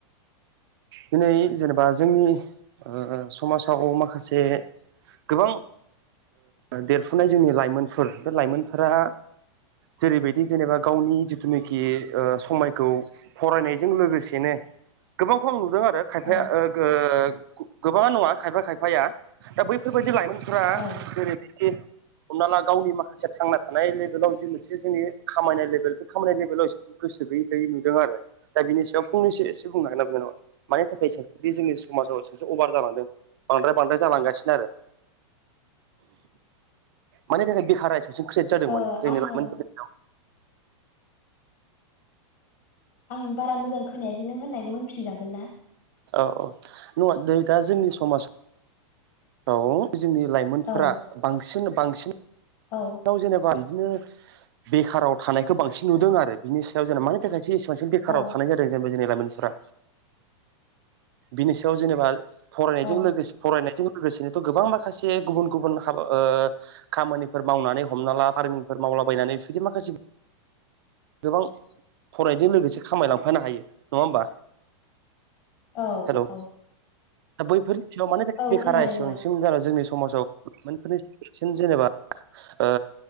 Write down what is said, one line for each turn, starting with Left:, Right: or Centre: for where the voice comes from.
Right: दिनै जेनेबा जोंनि समाजाव माखासे गोबां देरफुनाय जोंनि लाइमोनफोर बे लाइमोनफोरा जेरैबायदि जेनेबा गावनि जिथुनाखि समायखौ फरायनायजों लोगोसेनो
Left: <unintelligible> <inaudible>
Right: गोबांखौ आं नुदों आरो खायफाया
Left: औ
Right: ओगो गोबाङा नङा खायफा खायफाया दा बैफोरबायदि लाइमोनफोरा
Left: औ
Right: जेरैखि हमना ला गावनि माखासे थांना थानाय लेभेलाव जि मोनसे जोंनि खामायनाय लेभेल बे खामायनाय लेभेलाव एसेब गोसो गैयै गैयै नुदों आरो दा बिनि सायाव फंनैसो एसे बुंनाहोना बिनानावा मानि थाखाय स बे जोंनि समाजाव सबसे अभार जालांदों बांद्राय बांद्राय जालांगासिनो आरो माने थाखाय बिखारारा एसे बांसिन क्रिेट जादों
Left: ओ
Right: माने जोंनि
Left: आङो
Right: लाइमोन फोरनि मादाव
Left: आं बारा मोजां खोनायासै नों होननायखौ होनफिनजागोन ना
Right: औ औ नङा दै दा जोंनि समाजाव औ जोंनि लाइमोनफोरा
Left: औ
Right: बांसिन बांसिन
Left: औ
Right: जेनेबा बिदिनो बेखाराव थानायखौ बांसिन नुदों आरो बिनि सायाव जेनेबा मानि थाखायसो बांसिन बेखाराव
Left: औ
Right: थानाय जादों जेनेबा जोंनि लाइमोनफोरा बिनि सायाव जेनेबा फरायनायजों
Left: औ
Right: फरायनायजों लोगोसेनोथ' गोबां माखासे गुबुन गुबुन हाबा खामानि फोर मावनानै हमना ला पारमिनफोर मावलाबायनानै बिदि माखासे गोबां फरायनायजों लोगोसे खामायलांफानो हायो नङा होमबा
Left: औ
Right: हेल'
Left: औ
Right: दा बैफोरनि सायाव माने थाखाय
Left: औ
Right: बेखारा
Left: खोनादों
Right: एसेबांसिम जाना जोंनि स समाजाव लाफोरनि बांसिन जेनेबा ओ